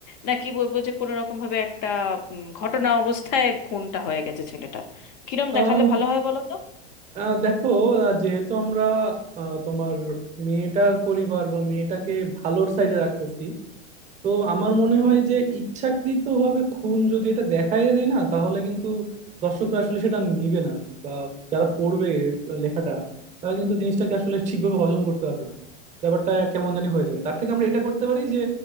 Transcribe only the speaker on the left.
নাকি বলবো যে কোনো রকম ভাবে একটা উম, ঘটনা অবস্থায় খুনটা হয়ে গেছে ছেলেটা কিরম
দেখালে ভালো হয় বলো তো
হুম
হুম।